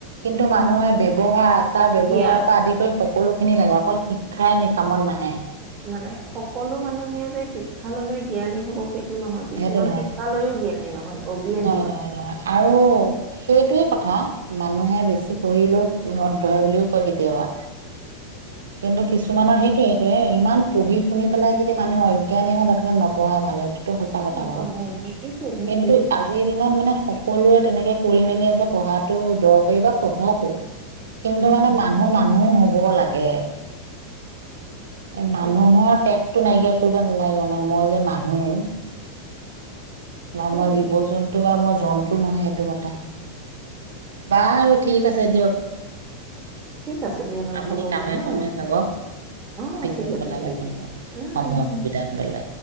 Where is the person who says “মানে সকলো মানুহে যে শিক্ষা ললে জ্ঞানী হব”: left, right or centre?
Right